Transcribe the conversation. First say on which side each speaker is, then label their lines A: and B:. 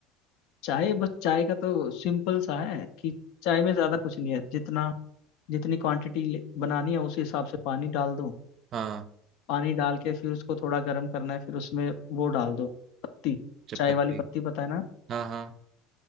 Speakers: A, on the left (about 65°); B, on the right (about 50°).
A: चाय बस चाय का तो सिंपल सा है कि चाय में ज्यादा कुछ नहीं है जितना जितनी क्वांटिटी बनानी है उस हिसाब से पानी डाल दो
B: हाँ
A: पानी डाल के फिर उसको थोड़ा गर्म करना है फिर उसमें वो डाल दो पत्ती
B: चपत्ती
A: चाय वाली पत्ती पता है ना
B: हाँ हाँ